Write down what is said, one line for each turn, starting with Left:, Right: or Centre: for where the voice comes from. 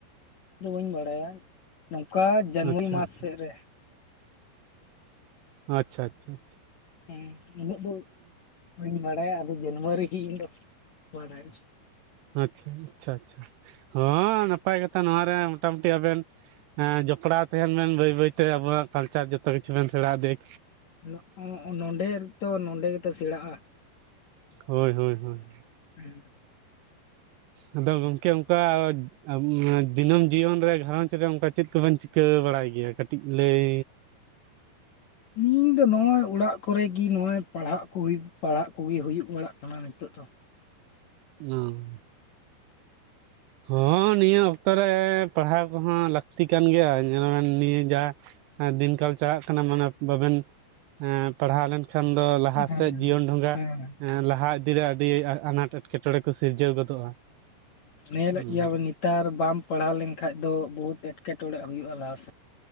Left: ᱫᱚ ᱵᱟᱹᱧ ᱵᱟᱰᱟᱭᱟ ᱱᱚᱝᱠᱟ ᱡᱟᱱᱚᱣᱟᱞᱤ
Right: ᱟᱪᱪᱷᱟ
Left: ᱢᱟᱥ
Right: ᱟᱪᱪᱷᱟ
Left: ᱥᱮᱜ ᱨᱮ
Right: ᱟᱪᱪᱷᱟ ᱟᱪᱪᱷᱟ ᱟᱪᱪᱷᱟ
Left: ᱦᱮᱸ ᱩᱱᱟᱹᱜ ᱫᱚ ᱵᱟᱹᱧ ᱵᱟᱲᱟᱭᱟ ᱟᱫᱚ ᱡᱟᱹᱱᱩᱣᱟᱨᱤ ᱤᱧ ᱫᱚ ᱵᱟᱰᱟᱭ
Right: ᱟᱪᱪᱷᱟ ᱟᱪᱪᱷᱟ ᱟᱪᱪᱷᱟ ᱦᱚᱸ ᱱᱟᱯᱟᱭ ᱠᱟᱛᱷᱟ ᱱᱚᱣᱟᱨᱮ ᱢᱳᱚᱴᱟᱢᱩᱴᱤ ᱟᱵᱮᱱ ᱦᱮᱸ ᱡᱚᱯᱲᱟᱣ ᱛᱟᱦᱮᱱ ᱵᱮᱱ ᱵᱟᱹᱭ ᱵᱟᱹᱭᱛᱮ ᱟᱵᱚᱣᱟᱜ ᱠᱟᱞᱪᱟᱨ ᱡᱚᱛᱚ ᱠᱤᱪᱷᱩ ᱵᱮᱱ ᱥᱮᱬᱟ ᱤᱫᱤᱭᱟ
Left: ᱱᱚᱜ ᱚ ᱱᱚᱸᱰᱮ ᱛᱚ ᱱᱚᱰᱮ ᱜᱮᱛᱚ ᱥᱮᱬᱟᱜᱼᱟ
Right: ᱦᱳᱭ ᱦᱳᱭ ᱦᱳᱭ
Left: ᱦᱮᱸ
Right: ᱟᱫᱚ ᱜᱚᱝᱠᱮ ᱚᱱᱠᱟ ᱟᱢ ᱫᱤᱱᱟᱹᱢ ᱡᱤᱭᱚᱱ ᱨᱮ ᱜᱷᱟᱨᱚᱸᱡᱽ ᱨᱮ ᱚᱱᱠᱟ ᱪᱮᱫ ᱠᱚᱵᱮᱱ ᱪᱤᱠᱟᱹ ᱵᱟᱲᱟᱭ ᱜᱮᱭᱟ ᱠᱟᱹᱴᱤᱡ ᱞᱟᱹᱭ,
Left: ᱤᱧ ᱫᱚ ᱱᱚᱜᱼᱚᱭ ᱚᱲᱟᱜ ᱠᱚᱨᱮᱜᱤ ᱱᱚᱜᱼᱚᱭ ᱯᱟᱲᱦᱟᱜ ᱠᱩ ᱦᱩᱤ ᱯᱟᱲᱦᱟᱜ ᱠᱩᱜᱤ ᱦᱩᱭᱩᱜ ᱵᱟᱲᱟᱜ ᱠᱟᱱᱟ ᱱᱤᱛᱚᱜ ᱫᱚ᱾
Right: <unintelligible> ᱦᱚᱸ ᱱᱤᱭᱟᱹ ᱚᱠᱛᱚ ᱨᱮ ᱯᱟᱲᱦᱟᱣ ᱠᱚᱦᱚᱸ ᱞᱟᱹᱠᱛᱤ ᱠᱟᱱ ᱜᱮᱭᱟ ᱧᱮᱞᱟᱢᱮᱱ ᱱᱤᱭᱟᱹ ᱡᱟ ᱮᱸ ᱫᱤᱱ ᱠᱟᱞ ᱪᱟᱞᱟᱜ ᱠᱟᱱᱟ ᱢᱟᱱᱮ ᱵᱟᱵᱮᱱ ᱯᱟᱲᱦᱟᱣ ᱞᱮᱱᱠᱷᱟᱱ ᱫᱚ ᱞᱟᱦᱟ
Left: ᱦᱮᱸ
Right: ᱥᱮᱫ ᱡᱤᱭᱚᱱ ᱰᱷᱚᱸᱜᱟ
Left: ᱦᱮᱸ
Right: ᱞᱟᱦᱟ ᱤᱫᱤᱨᱮ ᱟᱹᱰᱤ ᱟᱱᱟᱴ ᱮᱴᱠᱮᱴᱚᱬᱮ ᱠᱚ ᱥᱤᱨᱡᱟᱹᱣ ᱜᱚᱫᱚᱜᱼᱟ᱾
Left: ᱦᱮᱸ ᱧᱮᱞᱮᱫ
Right: ᱦᱩᱸ
Left: ᱜᱮᱭᱟ ᱱᱮᱛᱟᱨ ᱵᱟᱢ ᱯᱟᱲᱦᱟᱣ ᱞᱮᱱᱠᱷᱟᱡ ᱫᱚ ᱵᱚᱦᱩᱛ ᱮᱴᱠᱮᱴᱚᱬᱮᱜ ᱦᱩᱭᱩᱜᱼᱟ ᱞᱟᱦᱟᱥᱮᱫ᱾